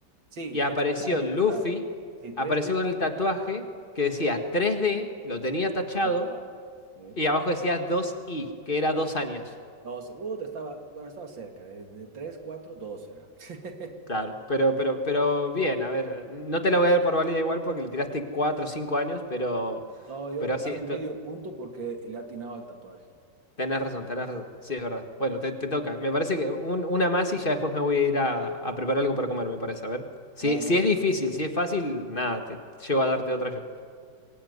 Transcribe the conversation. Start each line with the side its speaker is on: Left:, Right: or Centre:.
Right: Sí,
Left: Y apareció
Right: exactamente.
Left: Luffy,
Right: O sea, sí, tres
Left: apareció
Right: días,
Left: con el tatuaje que decía tres d lo tenía tachado,
Right: tachado. Sí.
Left: y abajo decía dos i que era dos años.
Right: 12. Uh, te estaba, bueno, estaba cerca, de, de 3, 4, 12 era. <laughs>
Left: Claro, pero, pero, pero bien, a ver, no te la voy a dar por válida igual porque le tiraste cuatro o cinco años, pero,
Right: No, yo
Left: pero
Right: dame
Left: sí, esto,
Right: medio punto porque le atinaba al tatuaje.
Left: tenés razón, tenés razón, sí, es verdad. Bueno, te, te toca, me parece que un- una más y ya después me voy a ir a, a preparar algo para comer, me parece, a ver. Si,
Right: No, no.
Left: si es difícil, si es fácil, nada, te llego a darte otra yo.